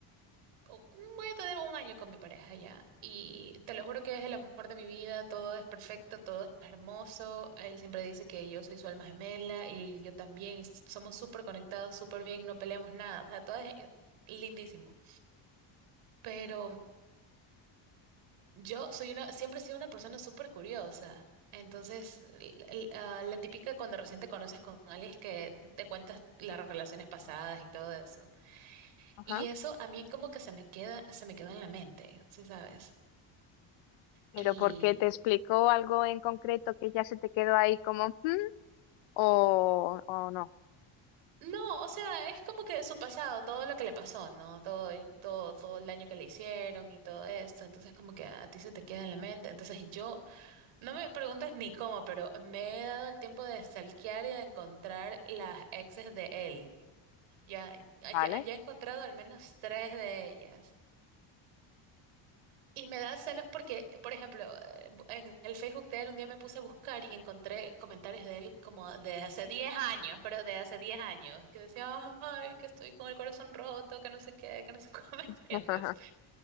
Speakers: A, on the right (about 80°); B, on the left (about 70°).
A: o cómo voy a tener un año con mi pareja ya. Y te lo juro que es el amor de mi vida, todo es perfecto, todo es hermoso. Él siempre dice que yo soy su alma gemela y yo también, y s- somos súper conectados, súper bien, no peleamos nada, o sea, todo es eh, lindísimo. Pero yo soy una, siempre he sido una persona súper curiosa. Entonces, l- l- ah, la típica cuando recién te conoces con alguien es que te cuentas las relaciones pasadas y todo eso.
B: Ajá.
A: Y eso a mí como que se me queda, se me quedó en la mente, ¿sí sabes?
B: Pero
A: Y
B: porque te explicó algo en concreto que ya se te quedó ahí como, "Hmm", o, o no,
A: no, o sea, es como que de su pasado, todo lo que le pasó, ¿no? Todo, y todo, todo el daño que le hicieron y todo esto. Entonces, como que a ti se te queda en la mente. Entonces, y yo, no me preguntes ni cómo, pero me he dado el tiempo de stalkear y de encontrar las exes de él. Ya,
B: ¿vale?
A: ya, ya he encontrado al menos tres de ellas. Y me da celos porque, por ejemplo, eh, bu- en el Facebook de él un día me puse a buscar y encontré comentarios de él como de hace 10 años, pero de hace 10 años, que decía, ay, que estoy con el corazón roto, que no sé qué, que no sé <laughs> cómo, ¿me entiendes?
B: <laughs>